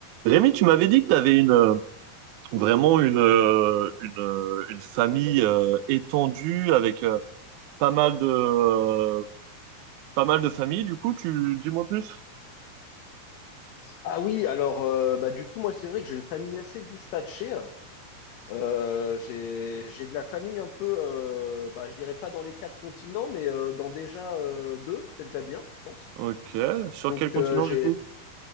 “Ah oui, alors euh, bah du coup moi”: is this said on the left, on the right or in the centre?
Left